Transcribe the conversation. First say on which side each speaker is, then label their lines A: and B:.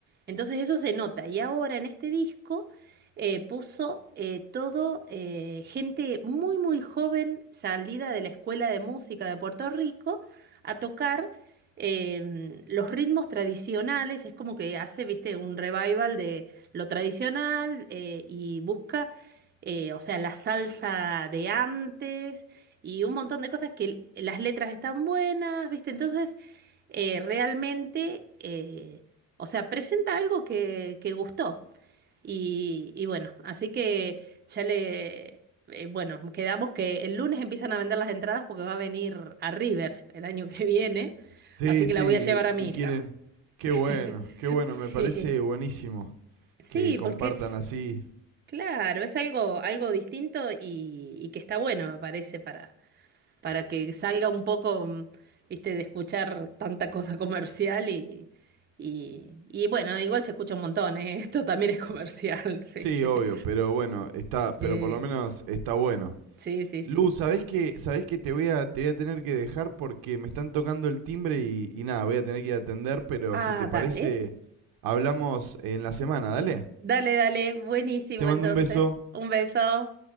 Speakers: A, on the right (about 30°); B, on the right (about 75°).
A: Entonces eso se nota. Y ahora en este disco eh, puso eh, todo eh, gente muy, muy joven salida de la Escuela de Música de Puerto Rico a tocar em, los ritmos tradicionales. Es como que hace, viste, un revival de lo tradicional eh, y busca, eh, o sea, la salsa de antes. Y un montón de cosas que las letras están buenas, ¿viste? Entonces, eh, realmente, eh, o sea, presenta algo que, que gustó. Y, y bueno, así que ya le, eh, bueno, quedamos que el lunes empiezan a vender las entradas porque va a venir a River el año que viene,
B: Sí,
A: así que
B: sí,
A: la voy a llevar a mi
B: y
A: hija.
B: quieren... Qué
A: <laughs>
B: bueno, qué bueno,
A: Sí,
B: me parece buenísimo
A: sí,
B: que compartan
A: porque es,
B: así.
A: claro, es algo, algo distinto y, y que está bueno, me parece, para, para que salga un poco, mm, viste, de escuchar tanta cosa <laughs> comercial y, y, y bueno, igual se escucha un montón, ¿eh? <laughs> Esto también es comercial, <laughs>
B: Sí,
A: viste.
B: obvio, pero bueno, está,
A: Sí,
B: pero por lo menos está bueno.
A: sí, sí,
B: Lu,
A: sí.
B: ¿sabés que, sabés que te voy a, te voy a tener que dejar porque me están tocando el timbre y, y nada, voy a tener que ir a atender, pero
A: Ah,
B: si te parece,
A: dale.
B: hablamos en la semana, dale.
A: Dale, dale. Buenísimo,
B: Te mando
A: entonces.
B: un beso.
A: Un beso.